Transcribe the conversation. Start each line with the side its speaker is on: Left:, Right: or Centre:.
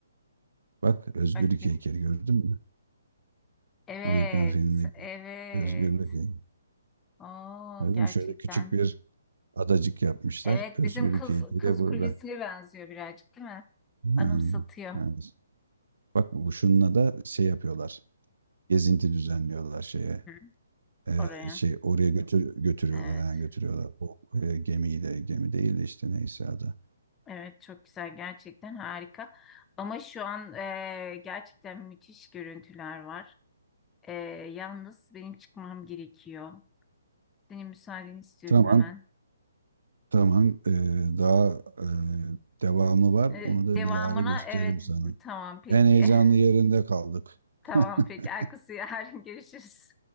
Right: Bak özgürlük
Left: Hadi bir.
Right: heykeli gördün mü?
Left: Evet.
Right: Amerikan filmindeki
Left: Evet.
Right: özgürlük heykeli.
Left: Oo
Right: Öyle değil
Left: gerçekten.
Right: mi? Şöyle küçük bir adacık yapmışlar.
Left: Evet
Right: Özgürlük
Left: bizim kız
Right: heykeli
Left: kız
Right: de burada.
Left: kulesine benziyor birazcık değil mi? Anımsatıyor.
Right: Ha, evet. Bak bu şununla da şey yapıyorlar. Gezinti düzenliyorlar şeye.
Left: Hı,
Right: Ee,
Left: oraya.
Right: şey oraya götür götürüyorlar.
Left: Evet.
Right: Ha, götürüyorlar. O e, gemiyi de gemi değil de işte neyse adı.
Left: Evet çok güzel gerçekten harika ama şu an e, gerçekten müthiş görüntüler var. E, yalnız benim çıkmam gerekiyor. Senin müsaadeni istiyorum
Right: Tamam
Left: hemen.
Right: tamam. Ee, daha e, devamı var.
Left: E,
Right: Onu da
Left: devamına
Right: bilahare gösteririm
Left: evet
Right: sana.
Left: tamam peki.
Right: En heyecanlı
Left: <laughs>
Right: yerinde kaldık.
Left: Tamam
Right: <laughs>
Left: peki Erkus'u yarın görüşürüz.